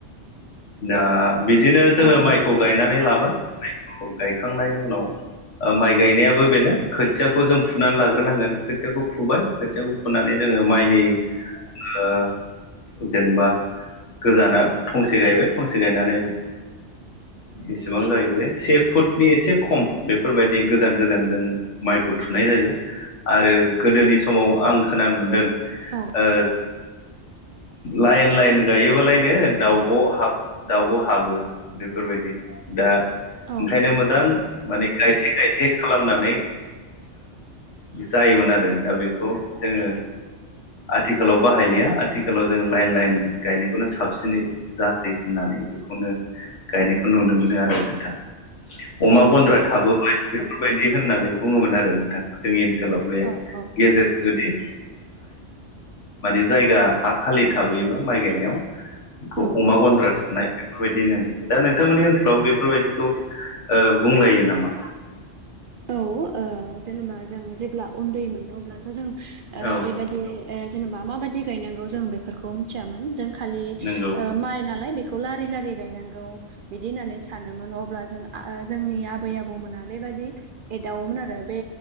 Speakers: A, on the left; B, on the right.
A: दा बिदिनो जोङो
B: औ नंगौ
A: माइखौ
B: नोंथां
A: गायनानै लाबाय माइखौ गायखांनायनि उनाव माइ गायनाया बेनो खोथियाखौ जों फुनानै लाग्रोनांगोन खोथियाखौ फुबाय खोथिखौ फुननानै जोङो माइनि
B: औ
A: ओ जेनेबा गोजाना थंसे गायबाय। थंसे गायनानै बेसेबां जायो बे से फुटनि एसे खम। बेफोरबायदि गोजान गोजान जोङो माइखौ थुनाय जायो आरो गोदोनि समाव आं खोनानो मोनदों।
B: औ
A: ओ लाइन लाइन गायोबालायनो दाउ ब दाउब' हाबो। बेफोरबायदि दा
B: औ
A: ओंखायनो
B: नंगौ
A: मोजां
B: औ
A: माने गायथे गायथे खालाम होन जायोमोन आरो। दा बेखौ जोङो आथिखालाव बाहायलिया आथिखालाव जों लाइन लाइन गायनायखौनो साबसिनै जासै होननानै बेखौनो गायनायखौ नुनो मोनो आरो नोंथां। अमा
B: औ
A: गन्द्रा
B: नोंथां
A: थाबोबाय बेफोरबायदि होननानै बुङोमोन आरो। जोंनि ओनसोलाव बे
B: औ औ
A: गेजेर जुदि माने जायगा हा खालि थाबोयोबा माइ गायनायाव खौ
B: औ
A: अमा गन्द्रा बेफोरबायदिनो दा नोंथांमोननि ओनसोलाव बेफोरबायदिखौ बुंलायो नामा?
B: औ ओ जेनेबा जोङो जेब्ला उन्दै मोनो। अब्लाथ' जों
A: औ
B: बे बादि जेनेबा माबायदि गायनांगौ जों बेफोरखौ मिथियामोन जों खालि
A: नंगौ
B: माइ नालाय खौ लारि लारि गायनांगौ। बिदि होननानै सानोमोन। अब्ला जों जोंनि आबै आबौ मोना बे बादि एदावोमोन आरो बे